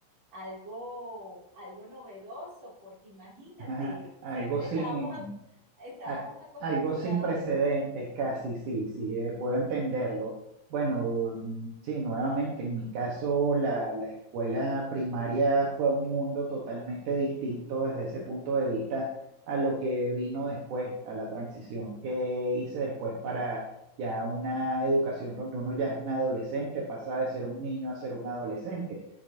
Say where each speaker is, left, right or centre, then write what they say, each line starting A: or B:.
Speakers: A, on the right; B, on the right.
A: algo, algo novedoso, porque imagínate,
B: <laughs> Algo
A: siempre
B: sin,
A: estábamos, a, estábamos
B: a-
A: acostumbrados
B: algo sin precedentes, casi, sí, sí, eh, puedo entenderlo. Bueno, mm, sí, nuevamente, en mi caso, la, la escuela primaria fue un mundo totalmente distinto desde ese punto de vista a lo que vino después, a la transición que hice después para ya una educación donde uno ya es un adolescente, pasa de ser un niño a ser un adolescente